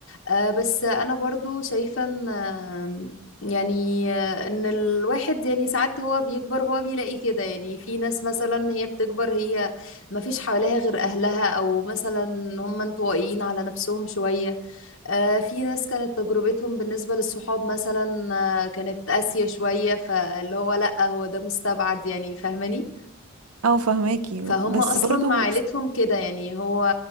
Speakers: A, on the left; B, on the right.
A: آه بس انا برضو شايفة ان آه، يعني آه، ان الواحد يعني ساعات هو بيكبر هو بيلاقي كده يعني في ناس مثلا هي بتكبر هي ما فيش حواليها غير اهلها او مثلا هم انطوائيين على نفسهم شوية آه، في ناس كانت تجربتهم بالنسبة للصحاب مثلا آه، كانت قاسية شوية فاللي هو لأ هو ده مستبعد يعني فاهماني
B: اه فهماكي
A: فهم
B: بس
A: أصلا
B: برضو
A: مع عيلتهم كده يعني هو